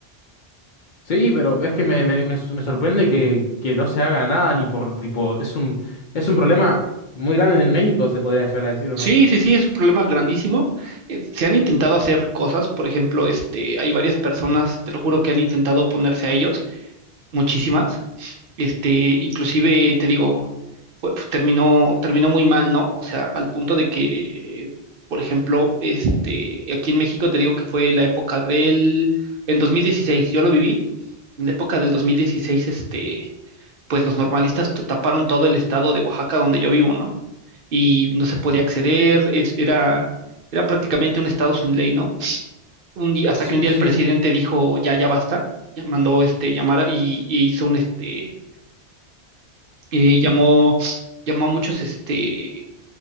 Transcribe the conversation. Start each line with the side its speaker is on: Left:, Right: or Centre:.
Left: Sí, pero es que me, me, me s- me sorprende que, que no se haga nada ni por tipo. Es un, es un problema muy grande en México, se podría llegar a decir, ¿o
Right: Sí,
Left: no?
Right: sí, sí, es un problema grandísimo. Eh, se han intentado hacer cosas, por ejemplo, este, hay varias personas, te lo juro, que han intentado oponerse a ellos, muchísimas. Este, inclusive te digo, fue- fue- terminó, terminó muy mal, ¿no? O sea, al punto de que, por ejemplo, este, aquí en México te digo que fue la época del, en 2016, yo lo viví, en la época del 2016, este pues los normalistas t- taparon todo el estado de Oaxaca donde yo vivo, ¿no? Y no se podía acceder, es- era, era prácticamente un estado sin ley, ¿no? Un día, hasta
Left: Sí,
Right: que un día
Left: sí.
Right: el presidente dijo, ya, ya basta, ya mandó este, llamar y, y hizo un, este, eh, llamó, llamó a muchos, este,